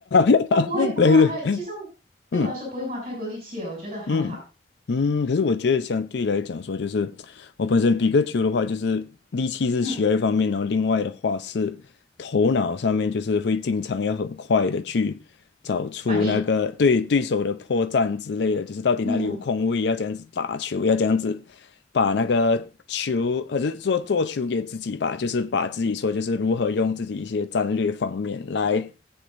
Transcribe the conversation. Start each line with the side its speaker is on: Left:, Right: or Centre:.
Left: <laughs>
Right: 那不会不会花太，
Left: 对对，
Right: 其实我对我来说不会花太多力气耶我觉得还好。
Left: 嗯。嗯嗯，可是我觉得相对来讲说，就是我本身比个球的话，就是力气是需要一方面，
Right: 嗯，
Left: 然后另外的话是头脑上面，就是会经常要很快的去找出那个对对手的破绽之类的，
Right: 反应，
Left: 就是到底哪里有空位，
Right: 嗯
Left: 要这样子打球，要这样子把那个球，或者是做做球给自己吧，就是把自己说就是如何用自己一些战略方面来